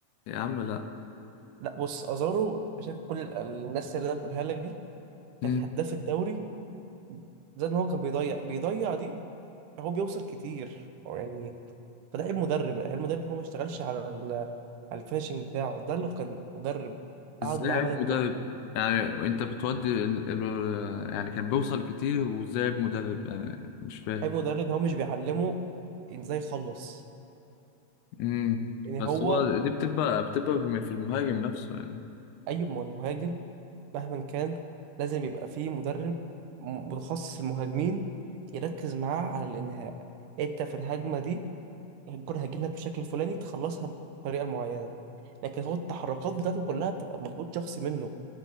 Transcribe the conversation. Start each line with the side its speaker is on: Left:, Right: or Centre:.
Left: يا عم لا
Right: لا بص ازارو شايف كل ال- الناس اللي انا بقولها لك دي كانت
Left: مم.
Right: هداف الدوري زائد ان هو كان بيضيع بيضيع دي هو بيوصل كتير يعني فده عيب مدرب المدرب هو ما اشتغلش على ال... على الفينشنج بتاعه ده لو كان مدرب
Left: ازاي
Right: قعد معاه
Left: عيب
Right: بعد التمرين
Left: مدرب يعني انت بتودي ال... ال... يعني كان بيوصل كتير وازاي عيب مدرب يعني مش فاهم
Right: عيب مدرب إن هو مش بيعلمه ازاي يخلص
Left: مم.
Right: يعني
Left: بس
Right: هو
Left: هو دي بتبقى بتبقى في في المهاجم نفسه يعني
Right: اي م- مهاجم مهما كان لازم يبقى فيه مدرب م- متخصص المهاجمين يركز معاه على الانهاء انت في الهجمه دي الكره هتجيلك لك بشكل فلاني تخلصها بطريقه معينه لكن هو التحركات بتاعته كلها بتبقى مجهود شخصي منه